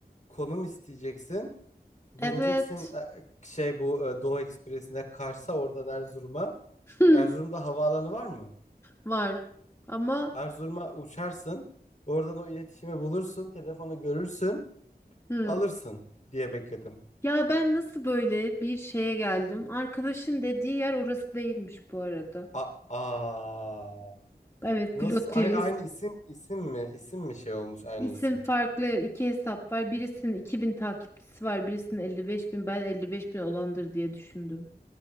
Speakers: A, on the left; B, on the left.
A: Konum isteyeceksin. Bineceksin
B: Evet.
A: eee, şey bu eee, Doğu Ekspresi'ne Kars'a oradan Erzurum'a.
B: <laughs>
A: Erzurum'da havaalanı var mı?
B: Var. Ama
A: Erzurum'a uçarsın. Oradan o iletişimi bulursun. Telefonu görürsün.
B: hı.
A: Alırsın diye bekledim.
B: Ya ben nasıl böyle bir şeye geldim? Arkadaşın dediği yer orası değilmiş bu arada.
A: A Aa,
B: Evet
A: nasıl
B: plot twist.
A: aynı, aynı isim isim mi isim mi şey olmuş aynı
B: İsim
A: isim.
B: farklı iki hesap var. Birisinin 2000 takipçisi var. Birisinin 55 bin. Ben 55 bin olandır diye düşündüm.